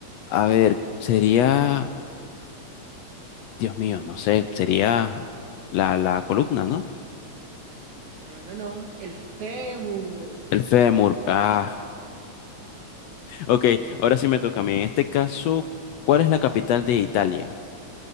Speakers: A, on the left; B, on the right.
A: A ver, sería, Dios mío, no sé, sería la, la columna, ¿no?
B: No, no, no. El fémur.
A: El fémur. Ah, Ok, ahora sí me toca a mí. En este caso, ¿cuál es la capital de Italia?